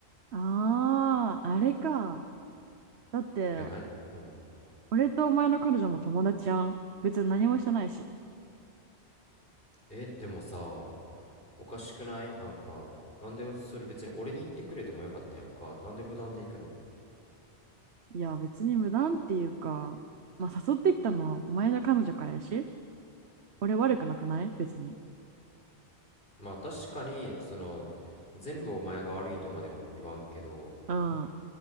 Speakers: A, on the right; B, on the left.
A: ああー、あれか。だって、
B: いや、なに、うん。
A: 俺とお前の彼女も友達やん。別に何もしてないし。
B: え、でもさ、おかしくないなんか、なんでそれ別に俺に言ってくれてもよかったやんか。なんで無断で行くの
A: いや、別に無断っていうか、まあ、誘ってきたのお前の彼女からやし。俺悪くなくない別に。
B: まあ確かに、その、全部お前が悪いとまでは言わんけど、
A: うん。